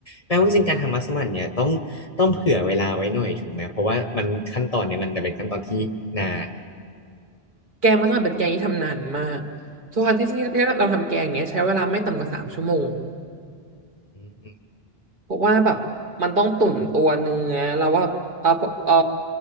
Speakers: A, on the left (about 35°); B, on the right (about 50°).
A: แปลว่าจริงๆการทำมัสมั่นเนี่ยต้องต้องเผื่อเวลาไว้หน่อยถูกไหมเพราะว่ามันขั้นตอนเนี่ยมันเป็นขั้นตอนที่นาน
B: แกงมัสมั่นเป็นแกงที่ทำนานมากทุกครั้งที่ที่เราทำแกงเนี้ยใช้เวลาไม่ต่ำกว่าสามชั่วโมง
A: อืม
B: เพราะว่าแบบมันต้องตุ๋นตัวเนื้อแล้วว่าเออเออ